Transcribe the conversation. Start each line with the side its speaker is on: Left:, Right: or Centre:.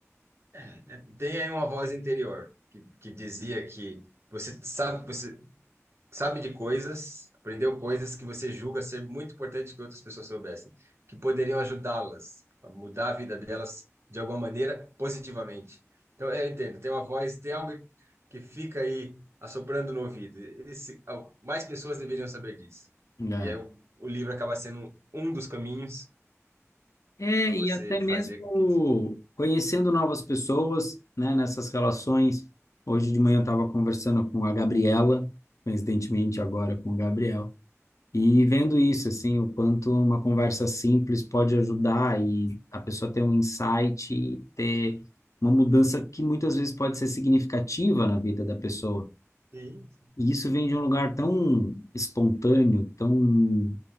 Right: É, é, tem aí uma voz interior que, que dizia que você sabe, você sabe de coisas, aprendeu coisas que você julga ser muito importante que outras pessoas soubessem, que poderiam ajudá-las a mudar a vida delas de alguma maneira positivamente. Então, eu entendo, tem uma voz, tem algo que fica aí assoprando no ouvido. Esse, ao- mais pessoas deveriam saber disso.
Left: É.
Right: E aí o, o livro acaba sendo um dos caminhos
Left: É,
Right: para você
Left: e até
Right: fazer
Left: mesmo
Right: com que isso. chegue.
Left: conhecendo novas pessoas, né, nessas relações. Hoje de manhã eu estava conversando com a Gabriela, coincidentemente agora com o Gabriel, e vendo isso, assim, o quanto uma conversa simples pode ajudar e a pessoa ter um insight, e ter uma mudança que muitas vezes pode ser significativa na vida da pessoa.
Right: Sim,
Left: E isso vem de um lugar tão espontâneo, tão